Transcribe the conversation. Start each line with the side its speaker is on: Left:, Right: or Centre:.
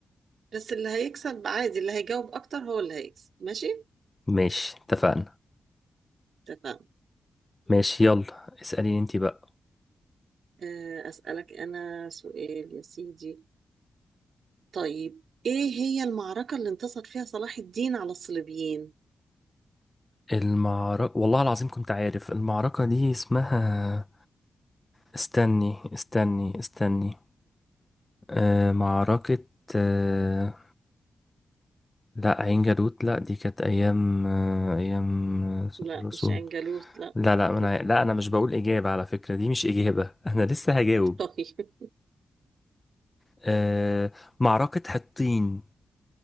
Right: بس اللي هيكسب عادي اللي هيجاوب اكتر هو اللي هيكسب ماشي
Left: ماشي اتفقنا
Right: اتفقنا
Left: ماشي يلا اسأليني انتي بقى
Right: آه، أسألك أنا سؤال يا سيدي طيب إيه هي المعركة اللي انتصر فيها صلاح الدين على الصليبيين؟
Left: المعركة والله العظيم كنت عارف المعركة دي اسمها استني استني استني آه معركة آه لا عين جالوت لا دي كانت ايام آه، ايام آه،
Right: لا
Left: الرسول
Right: مش عنجالوت لا
Left: لا لا انا
Right: <laughs>
Left: لا انا مش بقول اجابه على فكره دي مش اجابه <laughs> انا لسه هجاوب
Right: طيب
Left: أه معركه حطين